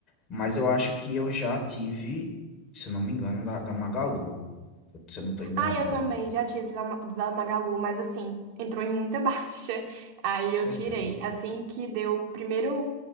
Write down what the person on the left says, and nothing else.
mas eu acho que eu já tive, se eu não me engano, da da Magalu, se eu não estou enganado.
Com
certeza.